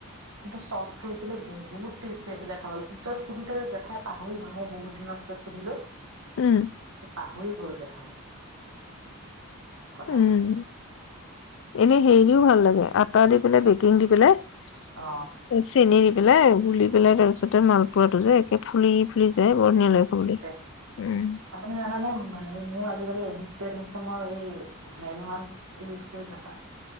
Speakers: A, on the right (about 80°); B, on the left (about 60°).
A: কিন্তু চফ্ট হৈছিলে, বহুত টেষ্টি আছিলে খাবলৈ পিছত সুধোতে জেঠাই পাহৰি গ'ল, মই বহুত দিনৰ পিছত সুধিলো।
B: উম,
A: পাহ ঘৰি গল জেঠাই। কথাটো
B: উম। এনে হেৰিও ভাল লাগে, ভআটা দি পেলাই বেকিং দি পেলাই। <unintelligible>
A: অ
B: চেনে। পেলাই গুলি পেলাই তাৰপিছতে মালপৱাটো যে একে ফুলি ফুলি যায় বৰ ধুনীয়া
A: ফুলি
B: লাগে
A: ফুলি
B: খাবলৈ।
A: যায়,
B: উম।
A: আপুনি জানানে হেৰি মোৰ আজিকালি এদি টেড হৈছে মই এই, হেনৱাছ ইউজ কৰি থকা।